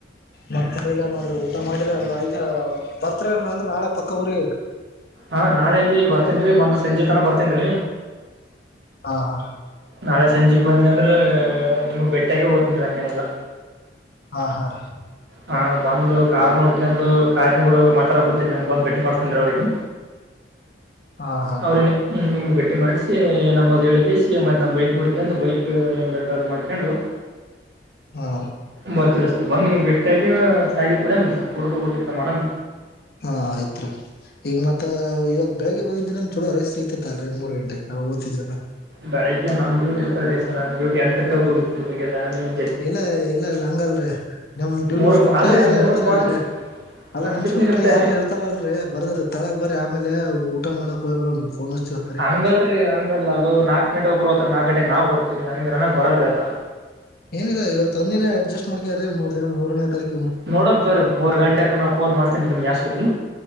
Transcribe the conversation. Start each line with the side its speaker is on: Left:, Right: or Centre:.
Left: ಮತ್ತ ಎನಿಲ್ಲಾ ನೋಡ್ರಿ ಊಟ ಮಾಡಿರಲ್ಲ ಈಗ ಬರ್ತ್ ಅಲ್ಲ ನಾಳೆ ಪಕ್ಕ ಊರಿಗಿ.
Right: ಹಾ ನಾಳೆಗಿ ಬರ್ತೇನ ರಿ ಬಂದ ಸಂಜೆತನ ಬರ್ತೇನ್ರೀ.
Left: ಹಾ ಹಾ.
Right: ನಾಳೆ ಸಂಜಿಗ್ ಬಂದನೀ ಅಂದ್ರ ನಿಮೂಗ ಬೆಟ್ಟಗ್ಗೆ ಹೋಗ್ತೀನ್ ರಿ ಹ್ಯಾಂಗೆನ್ ಇಲ್ಲ.
Left: ಹಾ ಹ ರಿ.
Right: ಹಾ ಬಂದು ಕಾರ್ ನೋಡ್ಕಂದು ಕಾರಿನ ಗೂಡನಾ ಮಾತಾಡ ಕತೀನ ನಿಮ್ ಬಂದು್ ಭೇಟಿ ಮಾಡಸತೀನಿ ಅವ್ರಗ.
Left: ಹಾ ಹಾ ರೀ
Right: ಅವರಿಗ. ಹ್ಮ ನಿಮಗ್ ಭೇಟಿ ಮಾಡಸಿ ಏನಮ್ಮದ ಏಳಗೇಸಿ ಮತ್ತ ನಾವ್ ಬೈಕ್ ನೋಡ್ಕಕೆಂದು ಬೈಕ್ ಏನ್ ರೇಟ್ ಅದ್ ಮಾಡ್ಕೊಂಡು. <inaudible>
Left: ಹಾ.
Right: ಬರ್ತೀವ ಸರ್ ಬಂದ್ ನಿಮ್ಗ ಬೆಟ್ಟಿಯಾಗಿ ಚಾಗಿಗಿವ್ ಕುಡಿಯಮ ಸರ್ ಕುಡ್ದ ಊಟ ಗೀಟ ಮಾಡಮ.
Left: ಹಾ ಆಯ್ತ್ರಿ ಈಗ ಮತ್ ಇವತ್. ಬೆಳಿಗ್ಗೆ ಹೋಗಿದಂದ್ರ ಚಲೋ ರೈಸ್ ಸಿಗತಿತ್ತ ಅಲ್ರೀ ಮೂರು ಗಂಟೆಕ ಅವಾಗ ಹೋತಿದಲ್ವ.
Right: ಬೆಳಗ್ಗೆ ನಮ್ ಡ್ಯೂಟಿ ಇರ್ತಾದ್ ರಿ ಸರ್ ಡ್ಯೂಟಿ ಎಂಟಕ್ಕ <unintelligible>
Left: ಇಲ್ಲ ಇಲ್ಲ ಇಲ್ಲ ಹಂಗಲ್ರಿ ನಿಮ್
Right: ಮೂರಕ್
Left: ಸುತ್ತ
Right: ಅಲ್ರಿ
Left: ಯಾರ
Right: ಮೂರಕ್
Left: ಇರತರಲ್ರರಿ.
Right: ಬಾ ಅಂದ್ರ
Left: ಅಲ್ಲ
Right: ನಮ್
Left: ನಿಮ್
Right: ಶಿಫ್ಟ್ನಾಗ
Left: ಶಿಫ್ಟ್
Right: ಇರ್ತಾರ್ರಿ
Left: ಯಾರ <unintelligible> ಇರಾತಾರಲ್ರಿ ಬರದರ ತಳಗ್ ಬರಿ ಆಮೇಲೆ ಊಟ ಮಾಡಕ್ ಹೋಗಿ ಬರಮ ಫೋನ್ ಅಚ್ಚಿ.
Right: ಹಂಗಲ್ರರಿ ಹಂಗ್ ಅಲ್ಲ ಅದು ನಾಲ್ಕ ಗಂಟೆ ಒಬ್ರು ಹೋತಾರ್ ನಾಲ್ಕ್ ಗಂಟೆಗ್ ನಾವು ಬರ್ತಿವಿ ಅಂಗ ಅನ್ನಕ ಬರಲ್ರರಿ ಅದು.
Left: ಏನಿಲ್ಲ ಇವತ್ತು ಒಂದಿನ ಅಡ್ಜಸ್ಟ್ ಮಾಡ್ಕರಿ ಮೂರ್ ದಿನ ಮೂರನೇ ತಾರಿಕ್.
Right: ನೋಡಮ್ ತೋರಿ ಮೂರ್ ಗಂಟೆಕ ನಾವು ಪೊನ್ ಮಾಡ್ತೇನರೀ ನಿಮಗೆ ಯಾವ ಸುದ್ದಿ